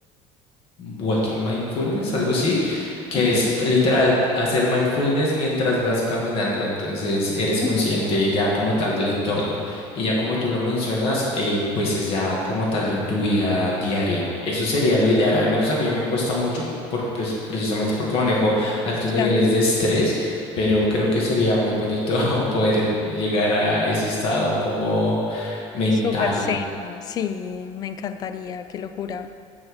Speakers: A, on the left (about 55°); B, on the left (about 35°).
A: Walking Mindfulness, algo así, que
B: ok,
A: es literal hacer mindfulness mientras vas caminando, entonces eres
B: ujú,
A: consciente ya como tal del entorno y ya como tú lo mencionas, eh, pues es ya como tal en tu vida diaria. Eso sería lo ideal, al menos a mí me cuesta mucho por, pres- precisamente porque manejo altos
B: Claro.
A: niveles de estrés, pero
B: ujú.
A: creo que sería muy bonito <laughs> poder llegar a ese estado como mental.
B: Súper zen. Sí, me encantaría, qué locura.